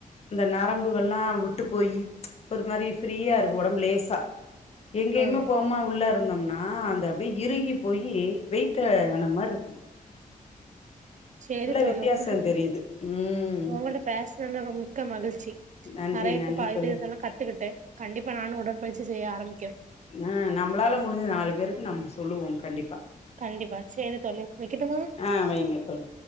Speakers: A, on the left; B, on the right.
A: இந்த நரம்புக எல்லா விட்டு போயி ஒரு மாரி ஃப்ரீயா இரு ஒடம்பு லேசா எங்கேயுமே
B: ஆமா
A: போமா உள்ள இருந்தம்னா அந்த அப்டியே இறுகி போயி வெயிட் டான மாருக்கு
B: சேரி தோழி
A: வித்தியாசோ
B: உங்கள்ட்ட
A: தெரியுது ம்
B: உங்கள்ட்ட பேசனதுல ரொ மிக்க மகிழ்ச்சி
A: நன்றி
B: நெறையக்க
A: நன்றி
B: இப்ப
A: தோழி
B: இது இதெல்லா கத்துக்கிட்டு கண்டிப்பா நானு உடற்பயிற்சி செய்ய ஆரம்பிக்கிற
A: ம் நம்மளால முடிஞ்சுது நாலு பேருக்கு நம்ம சொல்லுவோ கண்டிப்பா
B: கண்டிப்பா சேரி தோழி வெக்கிட்டுமா
A: ஆ வைங்க தோழி